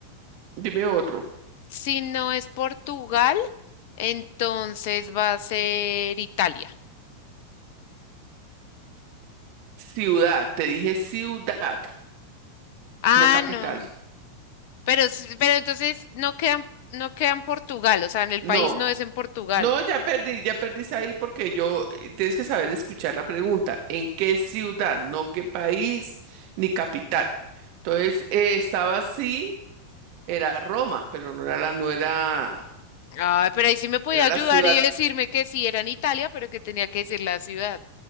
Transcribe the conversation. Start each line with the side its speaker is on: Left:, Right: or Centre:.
Right: dime otro.
Left: si no es Portugal, entonces va a ser Italia.
Right: Ciudad, te dije ciudad,
Left: Ah,
Right: no capital.
Left: no. Pero, s- pero entonces no quedan, no quedan Portugal, o sea, en el
Right: No,
Left: país no es en Portugal.
Right: no, ya perdí, ya perdís ahí porque yo eh, tienes que saber escuchar la pregunta. ¿En qué ciudad? No qué país ni capital. Entonces, eh, estaba así Era Roma, pero no era la, no era,
Left: Ay, pero ahí sí me podía
Right: era la
Left: ayudar
Right: ciudad.
Left: y decirme que sí era en Italia, pero que tenía que decir la ciudad.